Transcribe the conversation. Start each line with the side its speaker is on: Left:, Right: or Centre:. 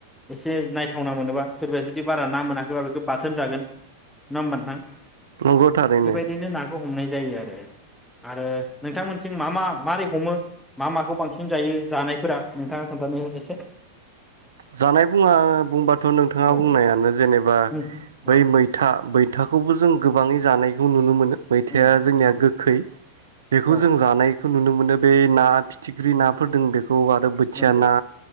Centre: एसे नायथावना मोनोबा सोरबाया जुदि बारा ना मोनाखैबा बेखौ बाथोन जागोन नङा होमबा नोंथां?
Right: नंगौ थारैनो
Centre: बेबायदिनो नाखौ हमनाय जायो आरो आरो नोंथांमोनथिं मा मा माबारै हमो मा माखौ बांसिन जायो जानायफोरा नोंथाङा खोन्थानाय एसे
Right: जानाय बुङा बुंबाथ' नोंथाङा
Centre: औ
Right: बुंनायानो जेनेबा
Centre: उम
Right: बै
Centre: औ
Right: मैथा बै थाखौबो जों गोबाङै जानायखौ नुनो मोनो मैथाया
Centre: उम
Right: जोंनिया
Centre: औ
Right: गोखै
Centre: औ
Right: बेखौ
Centre: औ
Right: जों जानायखौ नुनो मोनो बे ना फिथिख्रि नाफोर दों बेखौ खौ आरो बोथिया
Centre: नंगौ
Right: ना